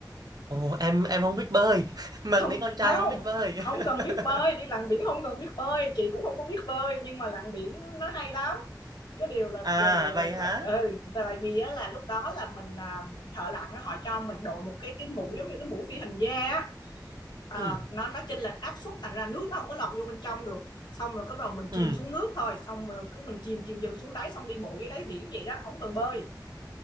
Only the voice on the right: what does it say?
Ồ, em em không biết bơi. <laughs> Mang
tiếng con trai
mà không biết bơi.
<laughs>
À,
vậy hả?
Ừ,
ừ.